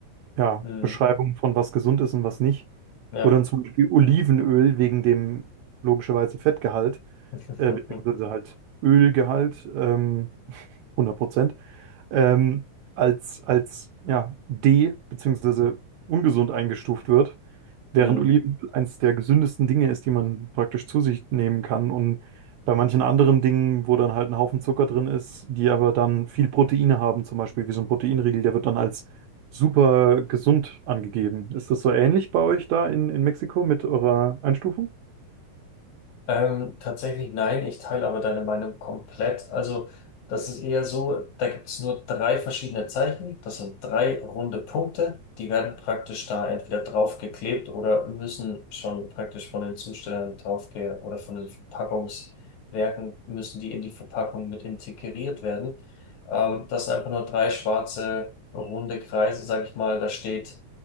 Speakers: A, on the right; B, on the left.
A: ja,
B: Mhm.
A: Beschreibungen von was gesund ist und was nicht,
B: Ja.
A: wo dann zum Beispiel Olivenöl wegen dem logischerweise Fettgehalt,
B: <laughs>
A: äh, beziehungsweise halt Ölgehalt, ähm, 100%, ähm, als, als ja, D, beziehungsweise ungesund eingestuft wird. Während
B: Mhm.
A: Olivenöl eines der gesündesten Dinge ist, die man praktisch zu sich nehmen kann. Und bei manchen anderen Dingen, wo dann halt ein Haufen Zucker drin ist, die aber dann viel Proteine haben, zum Beispiel wie so ein Proteinriegel, der wird dann als super gesund angegeben. Ist das so ähnlich bei euch da in, in Mexiko mit eurer Einstufung?
B: Ähm, tatsächlich nein, ich teile aber deine Meinung komplett. Also, das ist eher so, da gibt es nur drei verschiedene Zeichen. Das sind drei runde Punkte. Die werden praktisch da entweder draufgeklebt oder müssen schon praktisch von den Zustellern draufge oder von den Verpackungswerken müssen die in die Verpackung mit integriert werden. Ähm, das sind einfach nur drei schwarze runde Kreise, sag ich mal. Da steht